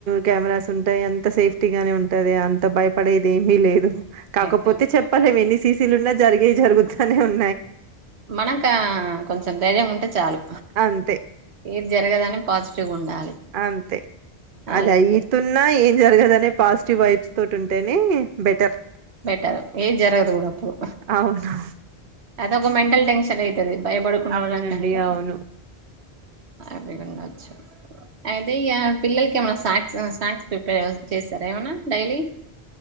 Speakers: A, on the right; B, on the right.
A: కెమెరాస్ ఉంటాయి అంత అంత సేఫ్టీ గానే ఉంటది అంత భయపడేది ఏమీ లేదు కాకపోతే
B: అయితే
A: చెప్పాలేము ఎన్ని సీసీలు ఉన్నా జరిగేవి జరగుతానే ఉంటా
B: మనకా కొంచెం ధైర్యం ఉంటే చాలు
A: అంతే
B: ఏది జరగదని పాజిటివ్ ఉండాలి
A: అంతే
B: నాలెడ్జ్
A: అది అయితున్నా ఏం జరగదునే పాజిటివ్ వైబ్స్ తోటి ఉంటేనే బెటర్
B: బెటర్ ఏది జరగదు కూడా అప్పుడు
A: అవును
B: అదొక మెంటల్ టెన్షన్ చల అవుతుంది భయపడుకున్నాడానికంటే
A: అవునండి అవును
B: అపీ ఉండచ్చు అయితే ఇ పిల్లలకి ఏమైనా స్నాక్స్ స్నాక్స్ ప్రిపేర్ చేస్తారా ఏమనా డైలీ